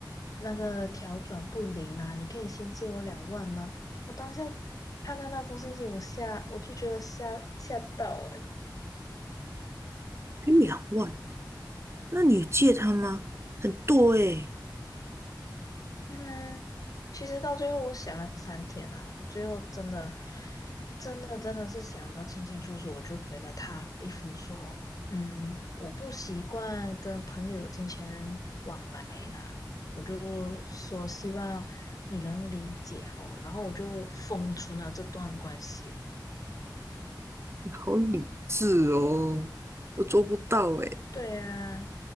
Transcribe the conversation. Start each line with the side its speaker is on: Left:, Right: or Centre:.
Left: 那个调转不灵啊，你可以先借我两万吗？我当下看到那封信息，我吓，我就觉得吓吓到了，
Right: 才两万，那你有借他吗？很多诶，
Left: 嗯，其实到最后我想了三天啊，我最后真的、真的、真的是想的清清楚楚，我就回了他一封说，嗯，我不习惯跟朋友有金钱往来啦，我就说希望你能理解哦，然后我就封存了这段关系。
Right: 好理智哦，我做不到诶。
Left: 对啊，